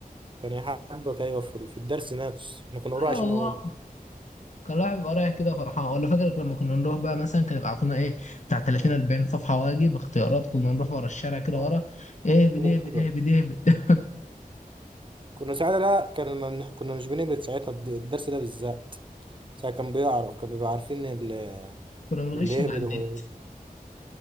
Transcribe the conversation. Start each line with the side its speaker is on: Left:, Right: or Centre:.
Right: كان يحبك ايوه في في الدرس نفسه احنا كنا
Left: ايوه
Right: بنروح عشان
Left: والله
Right: هو
Left: كان الواحد بيبقى رايح كده فرحان ولا فاكر لما كنا نروح بقى مثلا كان يبقى عطونا ايه بتاع 30 40 صفحه واجب اختيارات كنا نروح ورا الشارع كده
Right: آه.
Left: ورا ايه بده
Right: ونهبطه
Left: إيه بده إيه بده إيه بده
Right: كنا ساعتها لا كنا كنا مش بنهبط ساعتها الد- الدرس ده بالذات ساعتها كان بيعرف كان بيبقى عارفين ال-
Left: <laughs> كنا بنغش
Right: اللي
Left: من
Right: يهبط
Left: عندنا
Right: وما-